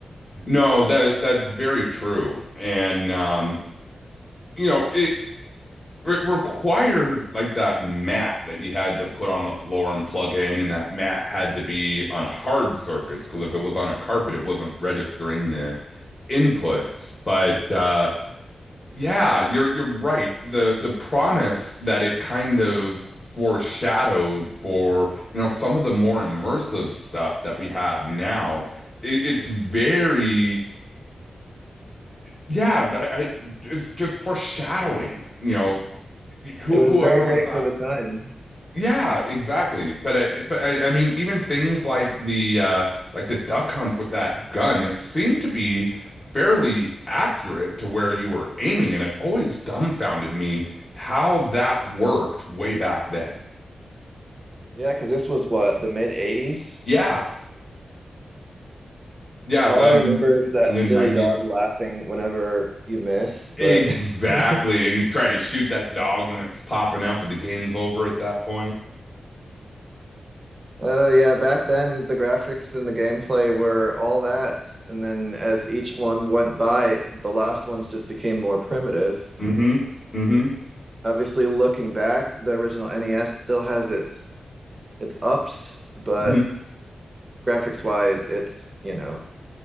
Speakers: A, on the left (about 25°); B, on the right (about 30°).
A: No, that that's very true. And um, you know, it it required like that mat that you had to put on the floor and plug in, and that mat had to be on a hard surface because if it was on a carpet, it wasn't registering the inputs.
B: Mm.
A: But uh Yeah, you're you're right. The the promise that it kind of foreshadowed for, you know, some of the more immersive stuff that we have now, it, it's very, yeah, I, I, it's just foreshadowing, you know, who
B: It was
A: whoever
B: very great
A: would have thought?
B: for the time.
A: Yeah, exactly. But I, but I, I mean, even things like the uh, like the duck hunt with that gun, it seemed to be fairly accurate to where you were aiming, and it always dumbfounded me how that worked way back then.
B: Yeah, because this was what, the mid 80s?
A: Yeah, yeah,
B: All
A: um,
B: I remember is that
A: in the
B: silly
A: 90s,
B: dog laughing whenever you miss, but
A: exactly.
B: <laughs>
A: And you try to shoot that dog when it's popping up, and the game's over at that point.
B: uh yeah, back then the graphics and the gameplay were all that. And then as each one went by, the last ones just became more primitive.
A: Mm-hmm. Mm-hmm.
B: obviously looking back, the original NES still has its its ups, but
A: Mm-hmm.
B: graphics wise, it's, you know,